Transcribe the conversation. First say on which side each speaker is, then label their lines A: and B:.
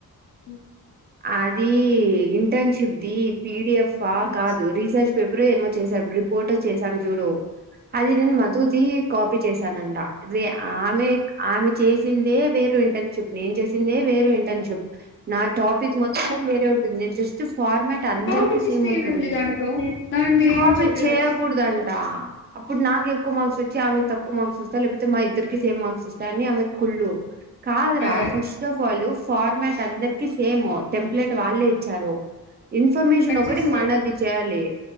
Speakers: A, on the left; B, on the right.
A: హ
B: ఆ ది ఇంటర్న్షిప్ ది పిడిఎఫ్ ఆ
A: ఉమ్.
B: కాదు రీసెర్చ్ పేపర్ ఏచ్చ స రిపోర్ట్ చేశాం చూడు అది నేను మధుది కా తప్పి చేశానంట అదే ఆమె ఆమె చేసి దె వేరు ఇంటర్న్షిప్ నేం చే దె వేరు ఇంటర్న్షిప్ ఆ టాపిక్ మొత్తం వేరే ఉుంటుంద్ స్ట్ ఫార్మాట్ అందరికి
A: కాపీ చేస్తే
B: సేమ్ ఉంటుంది
A: ఏముంది దాంట్లో దాంది
B: కాపీ
A: ఏం చెప్పేదాన్ని
B: చేయకూడదంట అప్పుడు నాకు ఎక్కువ మార్క్స్ వచ్చి ఆమె తక్కువ ఎక్కు మార్క్స్ వస్తా లేకపోతే మా ఇద్దరికి సేమ్ మార్క్స్ వస్తా అని ఆమె కుళ్ళు కాద్ర
A: ఆ
B: ఫస్ట్ ఆఫ్ ఆల్ ఫార్మ్యాట్ అందరి సేము టెంప్లెట్ వాళ్ళే ఇచ్చారు ఇన్ఫర్మేషన్
A: కట్
B: ఒకటి
A: చేసి చేయరా
B: మనది చేయ్యాలి